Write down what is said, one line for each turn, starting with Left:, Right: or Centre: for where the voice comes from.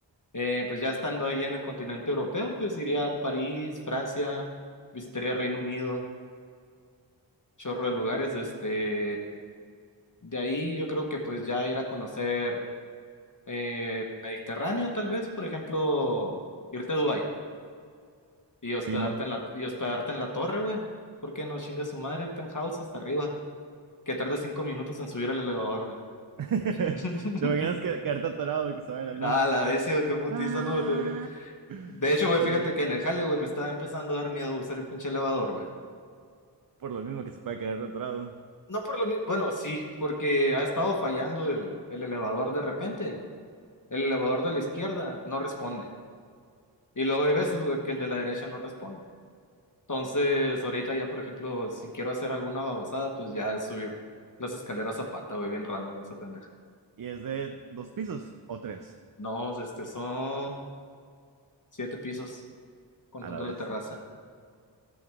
Left: Eh, pues ya estando ahí en el continente europeo, pues iría a París, Francia, visitaría Reino Unido chorro de lugares, este, de ahí yo creo que pues ya ir a conocer eh, el Mediterráneo, tal vez, por ejemplo, irte a Dubái y hospedarte
Right: sí, ¿no?
Left: en la, y hospedarte en la torre, güey, ¿por qué no chinga su madre, penthouse hasta arriba? Que tarde cinco minutos en subir el elevador, güey.
Right: <laughs>
Left: <laughs>
Right: ¿Te imaginas que quedarte atorado que se vaya la luz?
Left: Ah, la vez, güey, qué putiza,
Right: ah
Left: no, Te imaginas. De hecho, güey,
Right: Sí,
Left: fíjate que en el jale, güey, me estaba empezando a dar miedo usar el pinche elevador, güey.
Right: por lo mismo que se puede quedar atorado.
Left: No por lo mismo, bueno, sí, porque ha estado fallando el, el elevador de repente. el elevador de la izquierda no responde. Y luego hay veces, güey, que el de la derecha no responde. Entonces, ahorita ya, por ejemplo, si quiero hacer alguna babosada, pues ya es subir las escaleras a pata, güey, bien random esa pendeja.
Right: Y es de dos pisos o tres
Left: No, este, son siete pisos contando
Right: a la vez.
Left: la terraza.